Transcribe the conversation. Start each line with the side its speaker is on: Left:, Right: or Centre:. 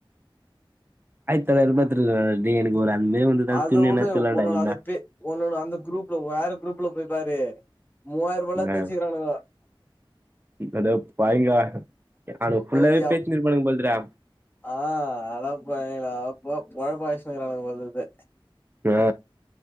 Right: ஆய் தல எதிர் பாத்துட்ருக்கே நானு நீ எனக்கு ஒரு அன்பே வந்து தான
Left: அத
Right: துணி
Left: வுடு
Right: எதுனா எடுத்துக்கிலாண்டா
Left: உன்னோட
Right: என்ன
Left: அந்த பே உன்னோட அந்த குரூப்ல வேற குரூப்ல போய் பாரு மூவாயிரோ ரூவாலா தேச்சிக்கிறானுக
Right: ஆ அட பாவிகளா ஆன ஃபுல்லாவே
Left: போவியா
Right: பேச்சின்னு இருப்பானுங்க போலறா
Left: ஆ அட பாவிகளா பொ பொழப்ப அழிச்சின்னுஇருக்கானுங்க போல தெரிது
Right: ஆ